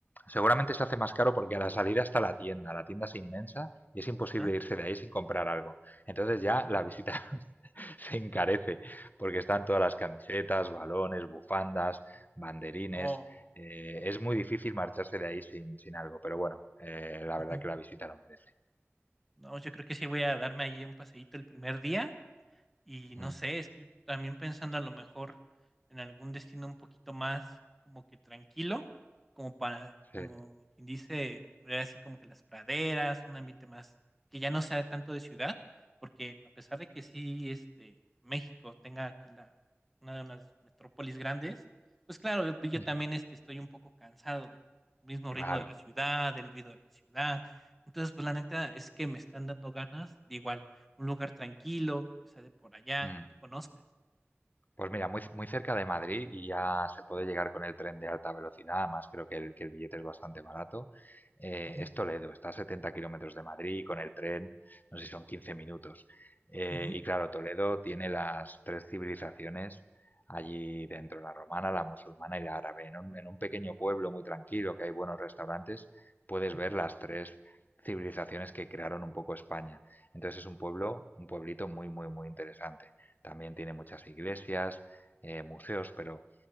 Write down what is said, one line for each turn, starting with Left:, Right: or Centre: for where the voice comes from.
Left: Seguramente se hace más caro porque a la salida está la tienda. La tienda es inmensa y es imposible
Centre: Ajá,
Left: irse de ahí sin comprar algo. Entonces ya
Centre: sí,
Left: la visita <laughs> se encarece porque están todas las camisetas, balones, bufandas, banderines.
Centre: no,
Left: Eh, es muy difícil marcharse de ahí sin, sin algo, pero bueno, eh, la
Centre: ujú,
Left: verdad que la visita lo merece.
Centre: no, yo creo que sí voy a darme allí un paseíto el primer día Y no
Left: Mm,
Centre: sé, estoy también pensando a lo mejor en algún destino un poquito más como que tranquilo, como para, como
Left: sí.
Centre: quien dice, ver así como que las praderas, un ambiente más que ya no sea tanto de ciudad, porque a pesar de que sí, este, México tenga aquí la, una de unas metrópolis grandes, pues claro, yo yo
Left: Mm,
Centre: también este, estoy un poco cansado del mismo
Left: Claro.
Centre: ritmo de la ciudad, del ruido de la ciudad. Entonces, pues la neta es que me están dando ganas de igual un lugar tranquilo, que sea de por allá,
Left: Mm.
Centre: que tú conozcas.
Left: Pues mira, muy, muy cerca de Madrid y ya se puede llegar con el tren de alta velocidad, además creo que el, que el billete es bastante barato. Eh,
Centre: Ujú,
Left: es Toledo, está a 70 kilómetros de Madrid y con el tren, no sé si son 15 minutos. Eh,
Centre: ujú,
Left: y claro, Toledo tiene las tres civilizaciones allí dentro, la romana, la musulmana y la árabe. En un, en un pequeño pueblo muy tranquilo que hay buenos restaurantes, puedes
Centre: ujú.
Left: ver las tres civilizaciones que crearon un poco España. Entonces es un pueblo, un pueblito muy, muy, muy interesante. También tiene muchas iglesias, eh, museos, pero